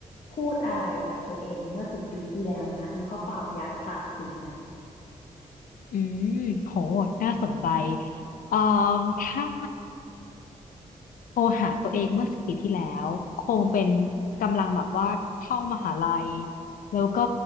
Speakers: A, on the left; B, on the left.
A: พูดอะไรกับตัวเองเมื่อสิบปีที่แล้วไหมคะมีข้อความอยากฝากถึงไหม
B: อืมโหน่าสนใจเอ่อถ้าโทรหาตัวเองเมื่อสิบปีที่แล้วคงเป็นกำลังแบบว่าเข้ามหาลัยแล้วก็